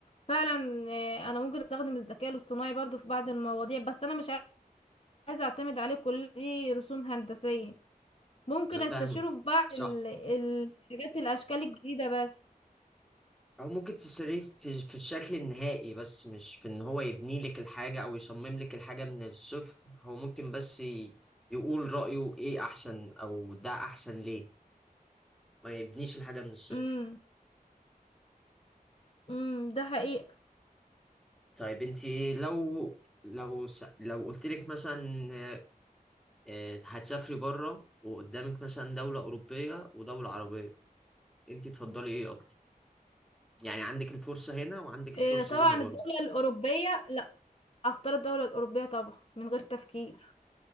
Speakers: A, on the left; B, in the centre.
A: فعلا آه، انا ممكن استخدم الذكاء الاصطناعي برضو في بعض المواضيع بس انا مش عايزة اعتمد عليه كل دي رسوم هندسية ممكن
B: أنا
A: استشيره
B: فاهمك
A: في بعض
B: صح
A: ال- ال- الحاجات الاشكال الجديدة بس
B: او ممكن تشتريه في في الشكل النهائي بس مش في ان هو يبني لك الحاجه او يصمم لك الحاجه من الصفر هو ممكن بس ي- يقول رايه ايه احسن او ده احسن ليه ما يبنيش الحاجه من الصفر
A: امم امم ده حقيقة
B: طيب انت لو لو س- لو قلت لك مثلا آه، هتسافري بره وقدامك مثلا دوله اوروبيه ودوله عربيه انت تفضلي ايه اكتر يعني عندك الفرصه هنا وعندك الفرصه
A: إيه، طبعا
B: هنا برضه
A: الدولة الاوروبية لا اختار الدولة الاوروبية طبعا من غير تفكير